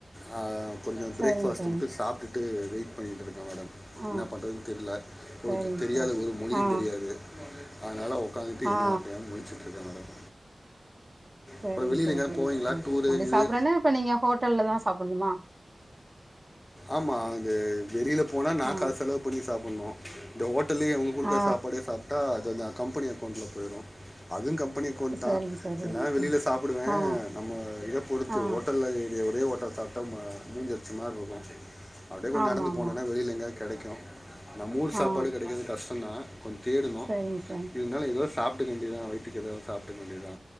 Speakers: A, on the left; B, on the right.
A: ஆ கொஞ்சோ பிரேக்ஃபாஸ்ட்
B: சரிங்க சார்
A: மட்டு சாப்டுட்டு வெயிட் பண்ணிட்டு இருக்கே மேடம்
B: ஆ
A: என்ன பண்றதுன் தெர்ல பொழு
B: சரிங்க
A: தெரியாத
B: சார்
A: ஒரு மொழியு
B: ஆ
A: தெரியாது அதனால ஒக்காந்துட்டு என்ன
B: ஆ
A: தெரியாம முழுச்சுட்ருக்கே மேடம்
B: சேரிங்
A: அப்புறம் வெளியில்
B: சார்
A: எங்கேயாவது
B: சேரிங்
A: போவீங்களா
B: சார்
A: டூரு
B: அப்டி
A: இது
B: சாப்றதுனா இப்ப நீங்க ஹோட்டல்லதா சாப்பண்ணுமா
A: ஆமா இது வெளில போனா நா
B: ஆ
A: காஸ் செலவு பண்ணி சாப்பட்ணு இந்த ஹோட்டல்லயே அவுங் குடுக்கற
B: ஆ
A: சாப்பாடே சாப்ட்டா அது நா கம்பெனி அக்கௌண்ட்ல பொய்ரு அதுவு கம்பெனி அக்கௌண்ட்தா
B: சரிங்க சார்
A: சில
B: சரிங்க
A: நேரோ
B: சார்
A: வெளில சாப்புடுவே
B: ஆ
A: நம்ம இத பொறுத்து
B: ஆ
A: ஓட்டல்ல இது ஒரே ஓட்டல் சாப் நம்ம முஞ்சி அடிச்சமார்ருக்கு அப்டியே கொஞ்சோ
B: ஆமா
A: நடந்து
B: ஆமா
A: போனன்னா வெளில எங்காது கெடைக்கு நம்ப ஊர் சாப்பாடு
B: ஆ
A: கெடைக்றது கஷ்டோதா கொஞ் தேடணு
B: சரிங்க சார்
A: இருந்தாலு எதோ சாப்ட்டுக்க வேண்டிதுதா வயித்துக்கு எதாவது சாப்ட்டுக்க வேண்டிது தா